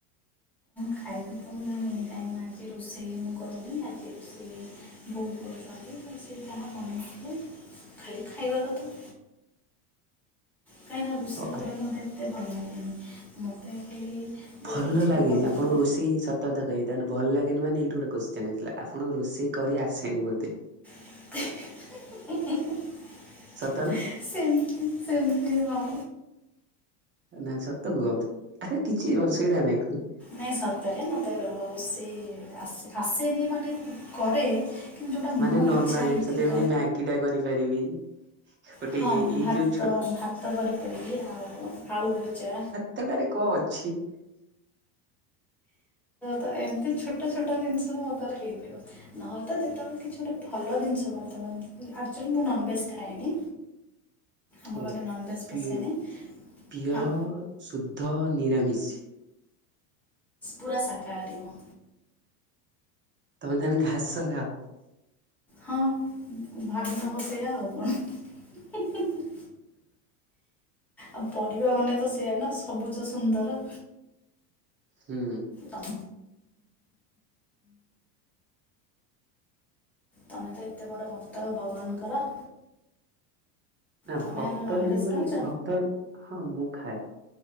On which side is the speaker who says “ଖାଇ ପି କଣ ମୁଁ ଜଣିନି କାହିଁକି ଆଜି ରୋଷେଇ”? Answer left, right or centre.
Centre